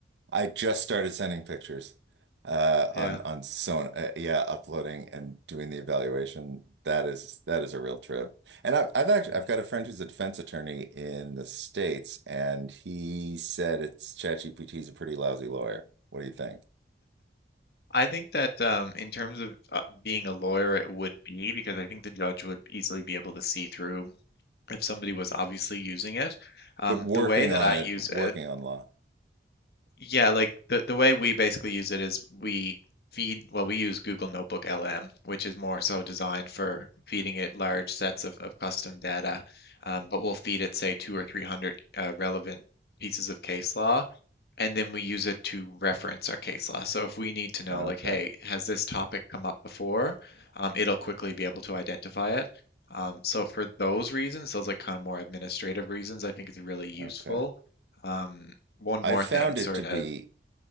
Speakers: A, on the right (about 85°); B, on the left (about 65°).
A: I just started sending pictures uh, on
B: Yeah.
A: on Sona. Uh, yeah, uploading and doing the evaluation. That is that is a real trip. And I, I've actually
B: Mm,
A: I've got a friend who's a defense attorney in the States, and he said it's ChatGPT is a pretty lousy lawyer. What do you think?
B: I think that um, in terms of uh, being a lawyer, it would be because I think the judge would easily be able to see through if somebody was obviously using it. Um,
A: But working
B: the way that
A: on
B: I
A: it,
B: use
A: working
B: it,
A: on law.
B: yeah, like the, the way we basically use it is we feed, well, we use Google Notebook LM, which is more so designed for feeding it large sets of, of custom data. Um, but we'll feed it, say, two or 300 uh, relevant pieces of case law and then we use it to reference our case law. So if we need to know,
A: Okay,
B: like, hey, has this topic come up before? Um, it'll quickly be able to identify it. Um, so for those reasons, those like kind of more administrative reasons, I think it's really useful.
A: okay.
B: Um, one
A: I
B: more
A: found
B: thing, sorry
A: it to
B: to.
A: be.